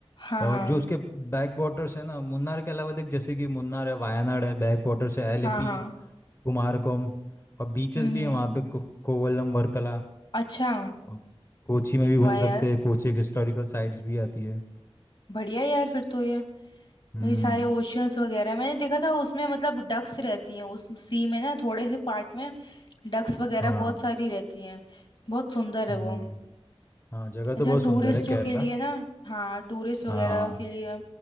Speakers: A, on the left; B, on the left.
A: हाँ
B: और
A: हाँ
B: जो उसके बैक वाटर्स है ना मुन्नार के अलावा देख जैसे कि मुन्नार है वायनाड है बैक वाटर्स है एलेपी
A: हाँ हाँ
B: कुमारकोम और बीचेस
A: हम्म
B: भी
A: हम्म
B: है वहाँ पे को, कोवलम वर्कला
A: अच्छा
B: और कोची में भी
A: वाह
B: घूम
A: यार
B: सकते हैं कोची एक हिस्टोरिकल साइट्स भी आती है
A: बढ़िया यार फिर तो ये
B: हम्म
A: ये सारे ओशियंस वगैरह मैंने देखा था उसमें मतलब डक्स रहती हैं उस सी में ना थोड़े से पार्ट में डक्स वगैरह
B: हाँ
A: बहुत सारी रहती हैं बहुत सुंदर है
B: हम्म
A: वो
B: हाँ जगह तो
A: ऐसे
B: बहुत
A: टूरिस्टों
B: सुंदर है केरला
A: के लिए ना हाँ टूरिस्ट वगैरह
B: हाँ
A: के लिए